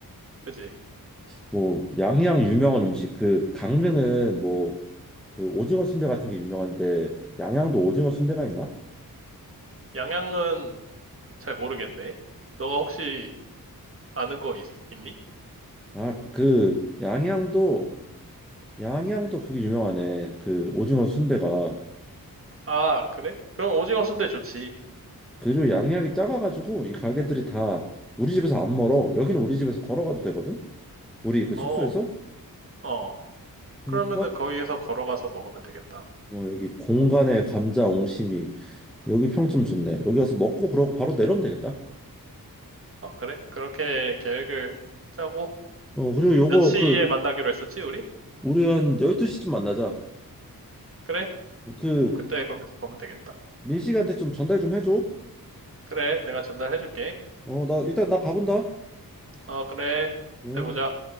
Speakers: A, on the right; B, in the centre.
A: 그지?
B: 뭐 양양 유명한 음식 그 강릉은 뭐 그 오징어 순대 같은 게 유명한데 양양도 오징어 순대가 있나?
A: 양양은 잘 모르겠네. 너가 혹시 아는 거 있, 니
B: 아, 그 양양도 양양도 그게 유명하네. 그 오징어 순대가
A: 아, 그래? 그럼 오징어 순대 좋지.
B: 그리고 양양이 작아가지고 이 가게들이 다 우리 집에서 안 멀어. 여기는 우리 집에서 걸어가도 되거든. 우리 그 숙소에서.
A: 어, 어.
B: 그러니까
A: 그러면은 거기서 걸어가서 먹으면 되겠다.
B: 어, 여기 공간에 감자 옹심이 여기 평점 좋네. 여기 가서 먹고 그러고 바로 내려오면 되겠다.
A: 어, 그래? 그렇게 계획을 짜고
B: 어 그리고 요거
A: 몇 시에
B: 그
A: 만나기로 했었지, 우리?
B: 우리 한 12시쯤 만나자.
A: 그래?
B: 그
A: 그럼 그때 거기서 보면 되겠다.
B: 민식이한테 좀 전달 좀 해줘.
A: 그래, 내가 전달해줄게.
B: 어 나 일단 나 가본다.
A: 어, 그래.
B: 응.
A: 그때 보자.